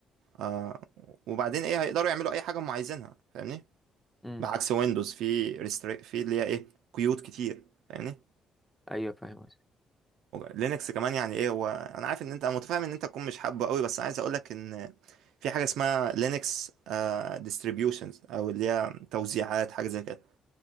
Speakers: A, on the right; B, in the centre.
A: آه وبعدين ايه هيقدروا يعملوا اي حاجه هم عايزينها فاهمني
B: امم
A: بعكس ويندوز في ريستري في اللي هي ايه قيود كتير فاهمني
B: ايوه فاهم قصدك.
A: لينكس كمان يعني ايه هو انا عارف ان انت انا متفاهم ان انت تكون مش حابه قوي بس عايز اقولك ان في حاجه اسمها لينكس ديستريبيوشنز او اللي هي توزيعات حاجه زي كده